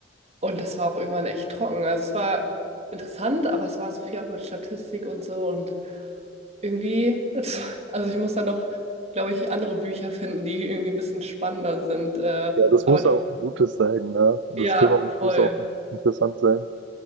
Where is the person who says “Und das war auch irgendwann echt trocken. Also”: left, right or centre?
Right